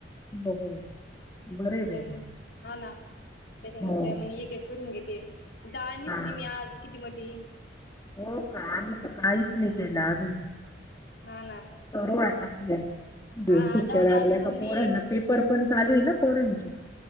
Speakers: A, on the left; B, on the left.
A: हो हो बरं आहे बाई
B: त्या
A: मग.
B: हा ना त्याच्यामुळे
A: हो
B: त्या मने एक-एक करून घेते दाळ नेसली
A: हा
B: मी आज किती मोठी
A: हो का आम्ही तर काहीच नाही केलं अजून
B: हा ना
A: करू आता एक दिवस
B: हा
A: सुट्या
B: जाऊ
A: लागल्या
B: दे अजून पण
A: का
B: मी
A: पोरांना पेपर पण चालू आहे ना पोरांचे